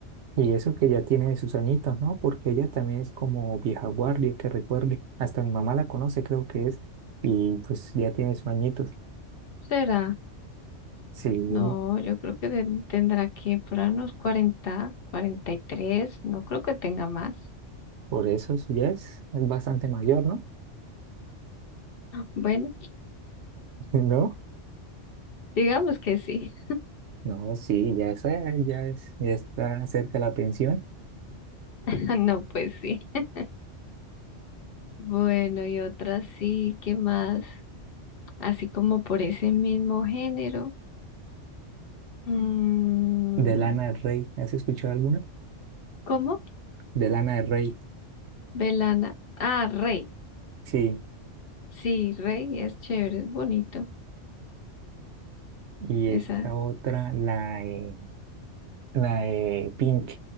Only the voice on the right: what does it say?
Y eso que ya tiene sus añitos, ¿no? Porque ella también es como vieja guardia, que recuerde. Hasta mi mamá la conoce, creo que es. Y pues ya tiene sus añitos.
Sí,
por eso es- ya es, es bastante mayor, ¿no?
<laughs> ¿No?
No, sí, ya es, eh, ya es, ya está cerca la pensión.
De Lana del Rey, ¿has escuchado alguna?
De Lana del Rey,
sí.
Y
esta otra, la, eh, la de Pink,